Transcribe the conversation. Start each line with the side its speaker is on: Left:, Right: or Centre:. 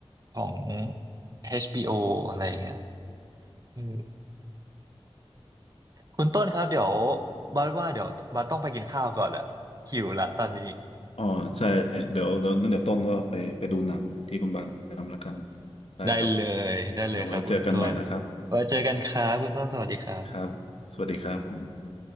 Right: ของ HBO อชบีโออะไรอย่างเงี้ยเออคุณต้นครับเดี๋ยวบัสว่าเดี๋ยวบัสต้องไปกินข้าวก่อนอะหิวละตอนนี้
Left: อ๋อใช่เดี๋ยวเดี๋ยวงั้นเดี๋ยวต้นก็ไปไปดูหนังที่คุณบานแนะนำละกันได้ครับ
Right: ได้เลยได้เลยครับคุณต้น
Left: เดี๋ยวไว้เจอกันใหม่นะครับ
Right: ไว้เจอกันครับคุณต้นสวัสดีครับ
Left: ครับสวัสดีครับผม